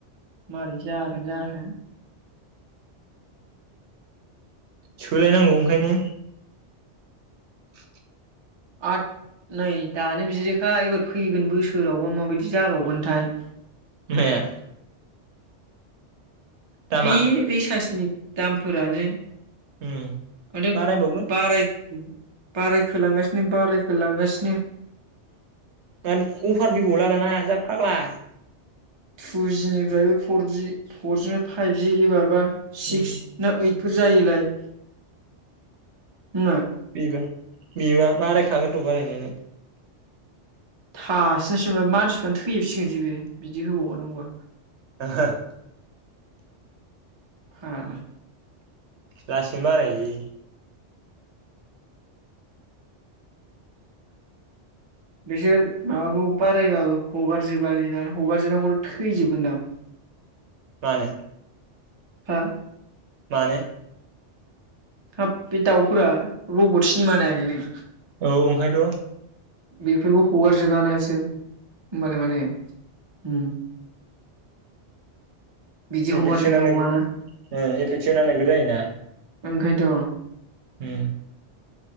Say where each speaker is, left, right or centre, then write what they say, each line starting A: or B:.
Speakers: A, on the right (about 30°); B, on the right (about 70°).
A: मारै जागोन जाखो।
B: सोलायनांगौ ओंखायनो। <inaudible>
A: आद नै दानो बिदिखा एबार फैगोन बोसोरावबो माबायदि जाबावगोनथाय।
B: माया दामा
A: बे रिसार्जनि दामफोरानो।
B: ओम
A: माथो
B: बाराय बावगोन।
A: बाराय बारायखोलांगासिनो बारायखोलांगासिनो।
B: ओम अफार फैबावला दाना जा फाग्ला।
A: टु जि निफ्रायबो फरजि फरजिनि फाइभजि एबारबा सिक्स
B: बेबो
A: ना ओइट? फोर जायोलाय। होमा
B: बिबा बिबा बारायखागोनथ' बारायनायालाय।
A: थासिनायसो नंलाबे मानसिफ्रानो थैहोबसिगोनसो बे बिदि होबावानो नांगौबा।
B: ओहो
A: ओम
B: लासिनो बारायो लै
A: बिसोर माबाखौ बारायबाबो हगारजोबालै ना हगारजोबनांगौथ थैजोबगोनदां।
B: मानो?
A: हा
B: मानो?
A: हाब बे दाउफोरा रबट सिनिमानायाखै नों
B: औ ओंखायथ'
A: बेफोरखौ हगारजोबा ना इसोर होमबालाय माने उम बिदि
B: इफेकसनानो
A: हगारजोबनांगौआना
B: ओ इफेकसनानो इफोर जायोना?
A: ओंखायथ'
B: होम